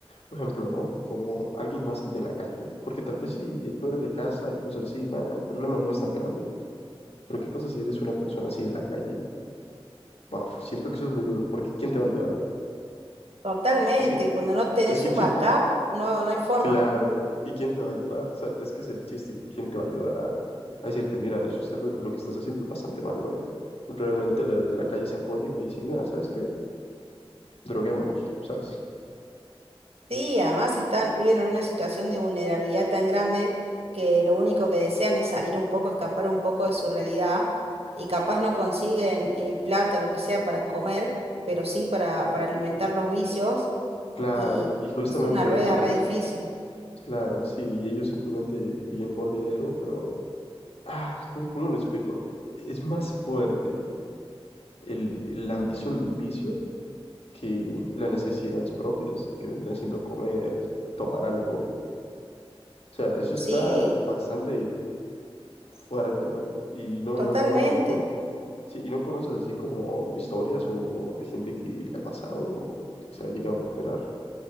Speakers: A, on the left; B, on the right.
A: un ejemplo, ¿no? Como alguien más de la calle. Porque tal vez si tú eres de casa y cosas así, bah, el problema no es tan grande. Pero ¿qué pasa si eres una persona así de la calle? Bah, siento que eso es muy duro, porque ¿quién te va a ayudar?
B: Totalmente.
A: Es que,
B: Cuando no tenés
A: es que
B: un
A: ¿quién?
B: backup, no, no hay forma.
A: Claro. ¿Y quién te va a ayudar? O sea, es que ese es el chiste. ¿Quién te va a ayudar a, a decirte, mira, eso está lo, lo que estás haciendo es bastante malo, ¿eh? Realmente los de la calle se apoyan y dicen, mira, ¿sabes qué? Droguémonos, ¿sabes?
B: Sí, además están, viven en una situación de vulnerabilidad tan grande que lo único que desean es salir un poco, escapar un poco de su realidad y capaz no consiguen eh, plata, lo que sea, para comer, pero sí para, para alimentar los vicios
A: Claro,
B: y
A: y justamente
B: es una rueda
A: eso,
B: re
A: ¿no?
B: difícil.
A: Claro, sí, y ellos simplemente piden por dinero, pero, ah, ¿cómo, cómo lo explico? Es más fuerte el, la ambición del vicio que las necesidades propias, que vendrían siendo comer, tomar algo. O sea, eso
B: Sí,
A: está bastante fuerte, ¿no? Y no,
B: totalmente.
A: no, no, no cono- sí, y no conoces así como historias o de gente que le ha pasado o que se ha llegado a recuperar.